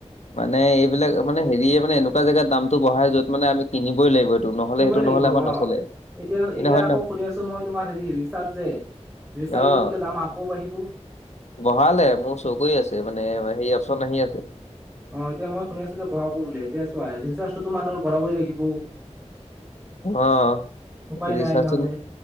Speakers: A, on the left; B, in the centre.
A: মানে এইবিলাক মানে হেৰিয় মানে এনেকুৱা জেগাত দামটো বঢ়াই য'ত মানে আমি কিনিবই লাগিব? সেইটো নহ'লে
B: কিনিবই
A: সেইটো
B: লাগিব
A: নহ'লে আমাৰ
B: অ,
A: নচলে।
B: এতিয়া
A: কিন্তু
B: এতিয়া
A: হয়
B: আকৌ
A: নহয়?
B: শুনি আছো মই তোমাৰ হেৰি ৰি ৰিচাৰ্জ যে ৰিচাৰ্জৰ
A: অ',
B: বোলে দাম আকৌ বাঢ়িব।
A: বঢ়ালে মোৰ চৌ আছে মানে সেই অপচন আহি আছে।
B: অ এতিয়া মই শুনিছো যে বঢ়াব বুলি এতিয়াছো আৰু ৰিচাৰ্জটো মানুহে ভৰাবই লাগিব?
A: অ
B: উপায়
A: ৰিচাৰ্জৰ
B: নাই নহলে